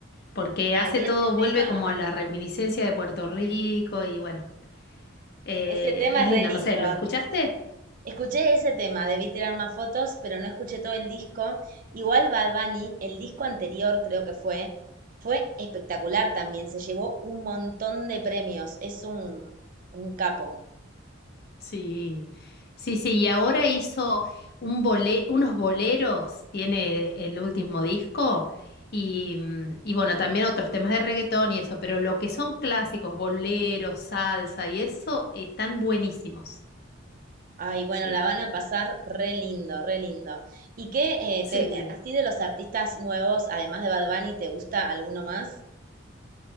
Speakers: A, on the left; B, on the right.
A: porque
B: Ay,
A: hace
B: ese
A: todo, vuelve
B: tema,
A: como a la reminiscencia de Puerto Rico y bueno, eh,
B: ese tema
A: es
B: es
A: lindo,
B: re lindo.
A: no sé, ¿lo escuchaste?
B: Escuché ese tema, debí tirar más fotos, pero no escuché todo el disco. Igual Bad Bunny, el disco anterior creo que fue, fue espectacular también. Se llevó un montón de premios. Es un, un capo.
A: Sí, sí, sí, y ahora hizo un bole- unos boleros, tiene el último disco, y, mm, y bueno, también otros temas de reggaetón y eso, pero lo que son clásicos, boleros, salsa y eso, están buenísimos.
B: Ay, bueno,
A: Sí,
B: la van a pasar re lindo, re lindo. ¿Y qué, eh,
A: sí.
B: te- eh, así de los artistas nuevos, además de Bad Bunny, te gusta alguno más?